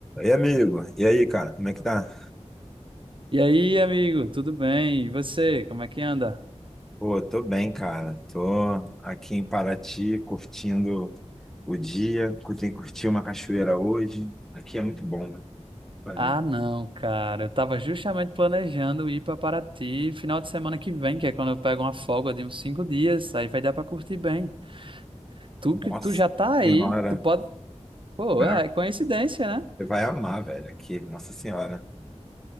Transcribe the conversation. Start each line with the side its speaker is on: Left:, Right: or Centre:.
Centre: E amigo, e aí, cara, como é que tá?
Right: E aí, amigo, tudo bem? E você, como é que anda?
Centre: Pô, tô bem, cara. Tô aqui em Paraty, curtindo o dia, curti, curti uma cachoeira hoje. Aqui é muito bom, né? Valeu.
Right: Ah, não, cara, eu tava justamente planejando ir pra Paraty final de semana que vem, que é quando eu pego uma folga de uns cinco dias, aí vai dar pra curtir bem. Tu
Centre: Nossa
Right: que tu já tá aí,
Centre: senhora,
Right: tu pode. Pô,
Centre: né?
Right: é coincidência, né?
Centre: você vai amar, velho, aqui. Nossa senhora,